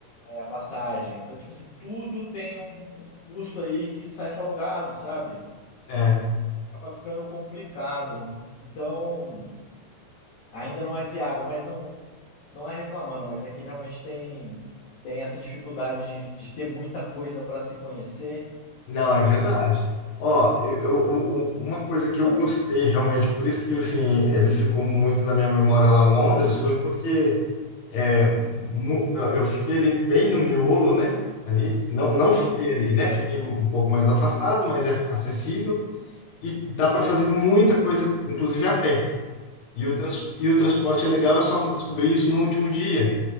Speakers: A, on the left; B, on the left.
A: É a passagem. Então, tipo assim, tudo tem um um custo aí que sai salgado, sabe?
B: É.
A: Acaba ficando complicado. Então, ainda não é viável, mas não. Não é reclamando, mas é que realmente tem, tem essa dificuldade de, de ter muita coisa para se conhecer.
B: Não, é verdade.
A: E,
B: Ó, eu, eu- um- uma coisa que eu gostei realmente, por isso que assim, ele ficou muito na minha memória lá em Londres, foi porque é, mu- eu fiquei ali bem no miolo, né? Ali, não, não fiquei ali, né? Fiquei um pouco mais afastado, mas é acessível e dá para fazer muita coisa, inclusive a pé. E o, trans, e o transporte é legal, eu só descobri isso no último dia,